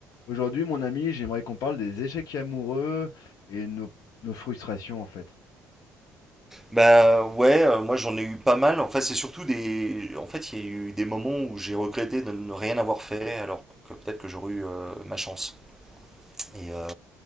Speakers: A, on the left; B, in the centre.
A: Aujourd'hui, mon ami, j'aimerais qu'on parle des échecs amoureux et nos, nos frustrations, en fait.
B: Bah ouais, euh, moi j'en ai eu pas mal. En fait, c'est surtout des. En fait, il y a eu des moments où j'ai regretté de ne rien avoir fait, alors que peut-être que j'aurais eu euh, ma chance. Et euh,